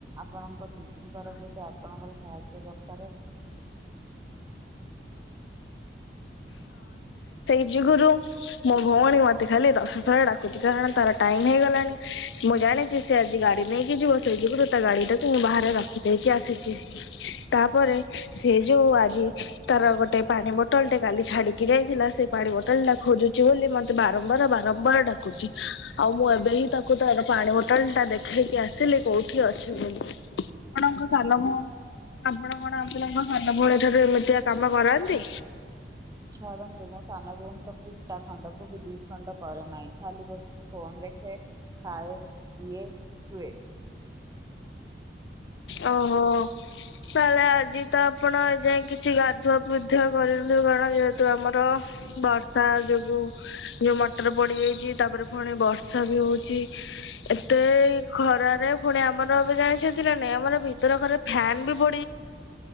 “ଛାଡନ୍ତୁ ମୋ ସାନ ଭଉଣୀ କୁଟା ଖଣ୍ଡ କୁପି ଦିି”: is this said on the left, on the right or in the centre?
Right